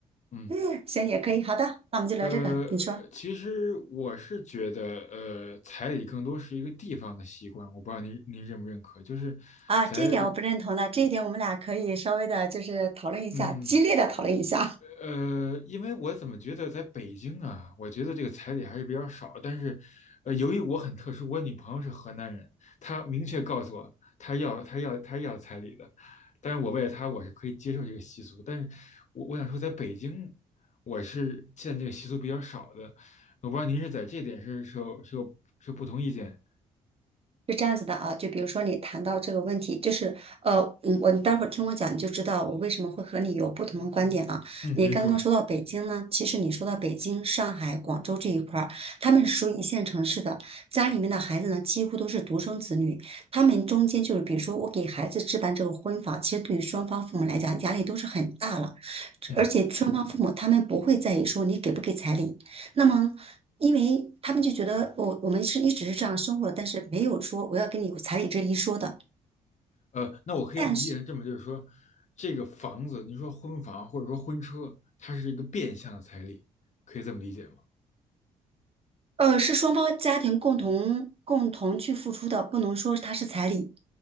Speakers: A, on the left (about 40°); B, on the right (about 30°).
A: 嗯，
B: <laughs> 行也可以。好的，那我们就聊这个。
A: 呃，
B: 你说
A: 其实我是觉得，呃，彩礼更多是一个地方的习惯，我不知道您您认不认可，就是在
B: 啊，这一点我不认同的，这一点我们俩可以稍微的，就是讨论一下，
A: 嗯
B: 激烈的讨论一下。
A: 嗯呃，因为我怎么觉得在北京啊，我觉得这个彩礼还是比较少。但是，呃，由于我很特殊，我女朋友是河南人，她明确告诉我，她要她要她要彩礼的。但是我为了她，我是可以接受这个习俗。但是我我想说，在北京，我是见这个习俗比较少的。我不知道您是在这点是是有是有是有不同意见？
B: 是这样子的啊，就比如说你谈到这个问题，就是呃，嗯，我你待会儿听我讲，你就知道我为什么会和你有不同的观点啊。
A: 嗯，
B: 你刚刚说到北京呢，
A: 您说，
B: 其实你说到北京、上海、广州这一块儿，他们是属于一线城市的，家里面的孩子呢几乎都是独生子女，他们中间就是比如说我给孩子置办这个婚房，其实对于双方父母来讲压力都是很大了，
A: 嗯。
B: 而且双方父母他们不会在意说你给不给彩礼，那么，因为他们就觉得我我们是一直是这样生活的，但是没有说我要跟你有彩礼这一说的。
A: 呃，那我可以理解成这么，
B: 但是，
A: 就是说，这个房子，你说婚房或者说婚车，它是一个变相的彩礼，可以这么理解吗？
B: 呃，是双方家庭共同共同去付出的，不能说它是彩礼。